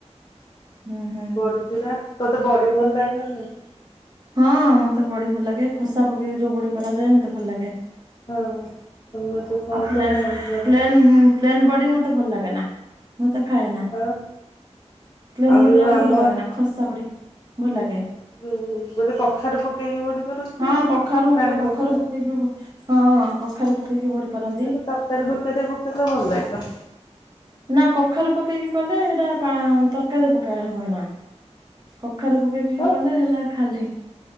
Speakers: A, on the right; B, on the left.
A: ଉଁ ହୁଁ ହୁଁ
B: ବଡି ଚୁରା ତୋତେ ବଡି ଭଲ ଲାଗେ ନା ନାଇଁ?
A: ହଁ ମତେ ବଢି ଭଲ ଲାଗେ ଖସା ପକେଇି ଯୋଉ ବଢି କରାଯାଏ ମତେ ଭଲ ଲାଗେ।
B: ଆଉ ତମର ଯୋଉ କଣ
A: ଆ ପ୍ଲେ
B: ତ କେଉଁଝର
A: ପ୍ଲେନ୍ ବଡି ମତେ ଭଲ ଲାଗେ ନା। ମୁଁ ତା ଖାଏ ନା
B: ଆଉ
A: ପ୍ଲେନ
B: ଆଉ
A: ବଡ଼ି
B: ଯୋଉ
A: ମତେ
B: ଆମ
A: ଭଲ ଲାଗେ ନା। ଖସା ବଡ଼ି ଭଲ ଲାଗେ।
B: ଯୋଉ ଗୋଟେ କଖାରୁ ପକେଇକି ବଢି କରନ୍ତି
A: ହଁ
B: ନା
A: କଖାରୁ
B: ପାଣି
A: କଖାରୁ
B: କଖା
A: ପକେଇକି ବି ହଁ କଖାରୁ ପକେଇିକି ବଢି ପାରନ୍ତି।
B: କିନ୍ତୁ ତରକାରୀ ଫକାରୀ ପକେଇଲେ ଭଲ ଲାଗିବ।
A: ନା କଖାରୁ ପକେଇକି କଲେ ସେଟା ପା ତରକାରୀରେ ପକେଇ ହୁଏ ନା। କଖାରୁ ପକେଇକି
B: ଆଉ
A: କଲେ ହେଲା ଖାଲି।